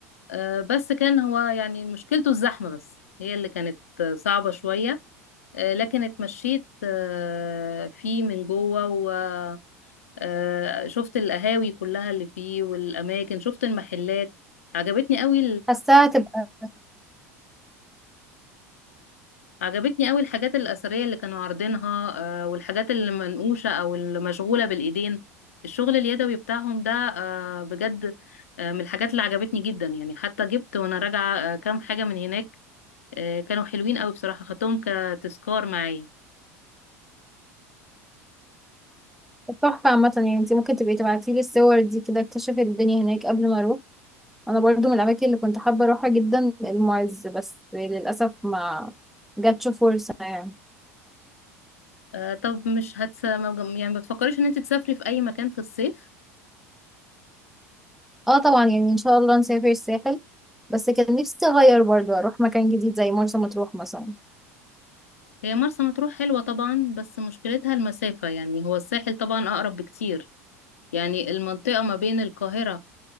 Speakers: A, on the left; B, in the centre.
A: آه بس كان هو يعني مشكلته الزحمة بس هي اللي كانت آه، صعبة شوية آه لكن اتمشيت آه فيه من جوه و آه شفت القهاوي كلها اللي فيه والاماكن شفت المحلات عجبتني قوي
B: حاساها هتبقى
A: عجبتني قوي الحاجات الأثرية اللي كانوا عارضينها آه، والحاجات اللي منقوشة أو المشغولة بالإيدين الشغل اليدوي بتاعهم ده آه، بجد آه، من الحاجات اللي عجبتني جدا يعني حتى جبت وأنا راجعة آه، كام حاجة من هناك آه، كانوا حلوين قوي بصراحة خدتهم كتذكار معايا
B: تحفة عامة يعني انت ممكن تبقي تبعتيلي الصور دي كده اكتشف الدنيا هناك قبل ما اروح انا برضو من الاماكن اللي كنت حابة اروحها جدا المعز بس للأسف ما جاتش فرصة يعني
A: آه، طب مش هتس ما بج- يعني ما بتفكريش إن أنت تسافري في أي مكان في الصيف
B: اه طبعا يعني ان شاء الله نسافر الساحل بس كان نفسي اغير برضو اروح مكان جديد زي مرسى مطروح مثلا
A: هي مرسى مطروح حلوة طبعا بس مشكلتها المسافة يعني هو الساحل طبعا أقرب بكتير يعني المنطقة ما بين القاهرة